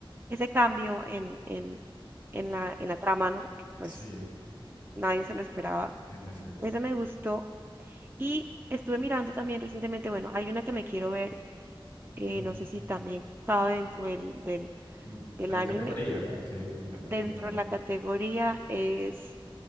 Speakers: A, on the right (about 25°); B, on the right (about 50°).
A: ese cambio en, en, en la, en la trama, ¿no? Que pues
B: sí,
A: nadie se lo esperaba.
B: en efecto.
A: Ese me gustó. Y estuve mirando también recientemente, bueno, hay una que me quiero ver eh,
B: Ujú.
A: no sé si también cabe dentro del, del,
B: Mm,
A: del
B: De la
A: anime.
B: categoría, ok, no,
A: Dentro
B: contame.
A: de la categoría es,